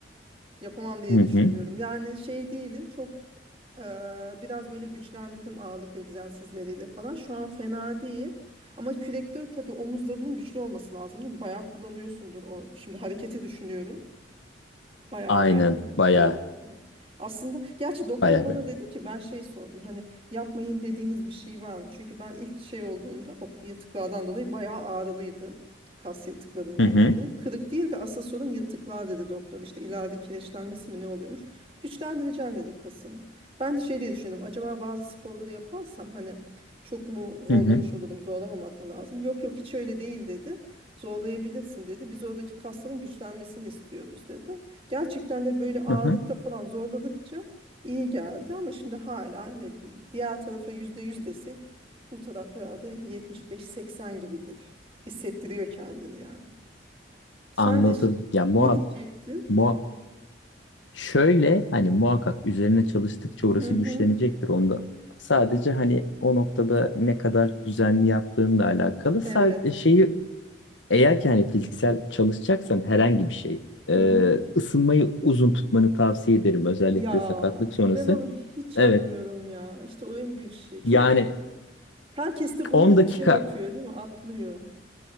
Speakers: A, on the right; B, on the left.
A: Yapamam diye
B: Hı
A: düşünüyorum.
B: hı.
A: Yani şey değilim. Çok e, biraz böyle güçlendirdim ağırlık egzersizleriyle falan. Şu an fena değil. Ama kürekte tabii omuzlarının güçlü olması lazım değil mi? Bayağı kullanıyorsundur o. Şimdi hareketi düşünüyorum. Baya
B: Aynen.
A: baya kullanılıyordu.
B: Baya
A: değil mi? Aslında gerçi doktor
B: baya
A: bana
B: bir.
A: dedi ki ben şey sordum hani yapmayın dediğiniz bir şey var mı? Çünkü ben ilk şey olduğunda o yırtıklardan dolayı bayağı ağrılıydı. Kas yırtıklarından
B: Hı hı.
A: dolayı. Kırık değil de asıl sorun yırtıklar dedi doktor. İşte ileride kireçlenmesi mi ne oluyormuş? Güçlendireceksin dedi kasını. Ben de şey diye düşündüm. Acaba bazı sporları yaparsam hani çok mu zorlamış
B: Hı hı.
A: olurum, zorlamamak mı lazım? Yok yok hiç öyle değil dedi. Zorlayabilirsin dedi. Biz oradaki kasların güçlenmesini istiyoruz dedi. Gerçekten de böyle ağırlıkta
B: Hı hı.
A: falan zorladıkça iyi geldi ama şimdi hala ne diyeyim, diğer tarafa yüzde yüz desek bu taraf herhalde yetmiş beş seksen gibidir. Hissettiriyor kendini yani. Sen
B: Anladım.
A: iş-
B: Ya muhak
A: ne diyecektin?
B: muhak şöyle hani muhakkak üzerine çalıştıkça orası
A: Hı hı.
B: güçlenecektir onda. Sadece hani o noktada ne kadar düzenli yaptığınla alakalı. Sa-
A: Evet.
B: e, şeyi eğer ki hani fiziksel çalışacaksan herhangi bir şey e,
A: Hı hı.
B: ısınmayı uzun tutmanı tavsiye ederim özellikle
A: Ya
B: sakatlık sonrası.
A: ben onu hiç
B: Evet.
A: yapmıyorum ya. İşte o en büyük şey. Çok
B: Yani
A: herkes de bunu
B: 10 dakika
A: şey yapıyor değil mi? Atlıyor.